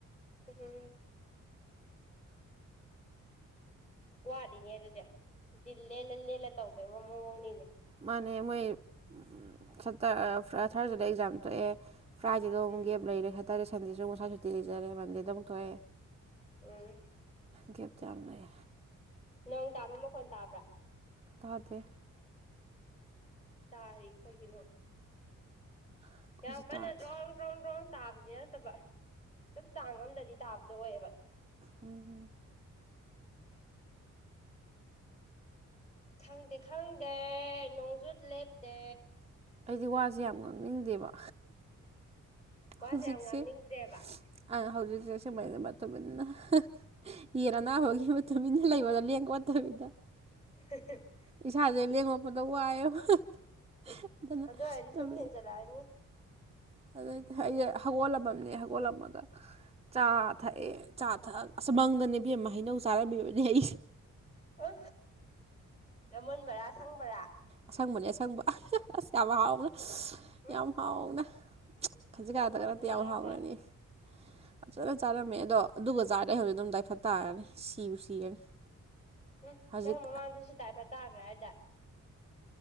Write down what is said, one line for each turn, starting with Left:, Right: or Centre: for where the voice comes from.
Left: <unintelligible> ꯋꯥꯗꯤꯅꯦ ꯑꯗꯨꯗꯤ ꯑꯗꯨꯗꯤ ꯂꯦꯜꯂ ꯂꯦꯜꯂ ꯇꯧꯕꯩ ꯃꯃꯣꯅꯤꯅꯦ
Right: ꯃꯥꯅꯦ ꯃꯣꯏ <unintelligible> ꯊꯥꯔꯁꯤꯗ ꯑꯦꯛꯖꯥꯝ ꯊꯣꯛꯑꯦ ꯐ꯭ꯔꯥꯏꯗꯦꯗ ꯑꯃꯨꯛ
Left: ꯎꯝ
Right: ꯒꯞ ꯂꯩꯔꯦ ꯁꯦꯇꯔꯗꯦ ꯁꯟꯗꯦꯁꯨ ꯉꯁꯥꯏ ꯁꯨꯇꯤ ꯂꯩꯖꯔꯦ ꯃꯟꯗꯦꯗ ꯑꯃꯨꯛ ꯊꯣꯛꯑꯦ
Left: ꯎꯝ
Right: ꯒꯦꯞ ꯆꯥ ꯂꯩ
Left: ꯅꯣꯡ ꯇꯥꯕ ꯃꯈꯣꯟ ꯇꯥꯕ꯭ꯔꯥ
Right: ꯇꯥꯗꯦ
Left: ꯇꯥꯔꯤ ꯑꯩꯈꯣꯏꯒꯤꯅꯣ
Right: ꯑꯩꯈꯣꯏꯁꯨ
Left: ꯌꯥꯝ ꯀꯟꯅ
Right: ꯇꯥꯗꯦ
Left: ꯗ꯭ꯔꯣꯡ ꯗ꯭ꯔꯣꯡ ꯗ꯭ꯔꯣꯡ ꯇꯥꯕꯗꯤ ꯅꯠꯇꯕ ꯑꯗꯨꯝ ꯆꯥꯡ ꯑꯝꯗꯗꯤ ꯇꯥꯕꯗꯣ ꯑꯣꯏꯌꯦꯕ
Right: ꯎꯝ ꯎꯝ
Left: ꯈꯪꯗꯦ ꯈꯪꯗꯦ ꯅꯣꯡꯖꯨꯠ ꯂꯦꯞꯇꯦ
Right: ꯑꯩꯗꯤ ꯋꯥꯁꯦ ꯌꯥꯝ ꯉꯥꯡꯅꯤꯡꯗꯦꯕ
Left: ꯋꯥꯁꯦ
Right: ꯍꯧꯖꯤꯛꯁꯦ
Left: ꯌꯥꯝ ꯉꯥꯡꯅꯤꯡꯗ꯭ꯔꯦꯕ
Right: <unintelligible> <unintelligible> ꯇꯨꯃꯤꯟꯅ ꯂꯩꯕꯗꯥ ꯂꯦꯡ ꯋꯥꯠꯇꯕꯤꯗ
Left: <unintelligible>
Right: ꯏꯁꯥꯁꯦ ꯂꯦꯡꯃꯛꯄꯗ ꯋꯥꯏꯑꯦꯕ ꯑꯗꯨꯅ
Left: ꯑꯗꯨ ꯑꯣꯏꯔꯗꯤ
Right: ꯇꯧ
Left: ꯁꯨꯝ ꯍꯦꯟꯖꯜꯂꯛꯑꯅꯤ
Right: ꯑꯗꯨꯗꯤ ꯑꯩꯁꯦ ꯍꯧꯒꯣꯜꯂꯝꯃꯝꯅꯦ ꯍꯧꯒꯣꯜꯂꯝꯃꯒ ꯆꯥ ꯊꯛꯑꯦ ꯆꯥ ꯊꯛꯑꯒ ꯑꯁꯨꯃꯪꯗꯅꯦꯕꯦꯝ ꯍꯩꯅꯧ ꯆꯥꯔꯝꯃꯤꯕꯅꯦ ꯑꯩꯁꯦ
Left: ꯑ ꯑꯃꯨꯟꯕꯔꯥ ꯁꯪꯕꯔꯥ
Right: ꯑꯁꯪꯕꯅꯦ ꯑꯁꯪꯕ ꯑꯁ ꯌꯥꯝ ꯍꯥꯎꯅ
Left: ꯎꯝ
Right: ꯌꯥꯝ ꯍꯥꯎꯅ ꯈꯟꯖꯤꯛ
Left: ꯌꯥꯝ
Right: ꯈꯥꯗꯒ
Left: ꯍꯥꯎꯅ
Right: ꯅꯠꯇꯦ
Left: ꯆꯥꯔꯝꯃꯦ
Right: ꯌꯥꯝ ꯍꯥꯎꯔꯅꯤ ꯐꯖꯅ ꯆꯥꯔꯝꯃꯦ ꯑꯗꯣ ꯑꯗꯨꯒ ꯆꯥꯔꯗꯤ ꯑꯩ ꯍꯧꯖꯤꯛ ꯑꯗꯨꯝ ꯇꯏꯐꯠ ꯇꯥꯔꯅꯤ ꯁꯤꯕꯨ ꯁꯤꯔꯅꯤ <unintelligible>
Left: ꯎꯝ
Right: ꯍꯧꯖꯤꯛ
Left: ꯅꯪ ꯃꯃꯥꯡꯗꯁꯨꯗꯥꯏꯐ ꯇꯥꯕ꯭ꯔꯥ ꯍꯥꯏꯗꯥ